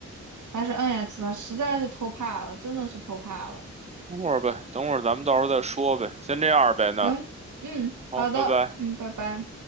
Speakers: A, on the right; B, on the right.
A: 还是 NX 吧，实在是偷怕了，真的是偷怕了。
B: 等会儿呗，等会儿咱们到时候再说呗，先这样呗那
A: 行，嗯，
B: 好，
A: 好的，
B: 拜拜。
A: 嗯，拜拜。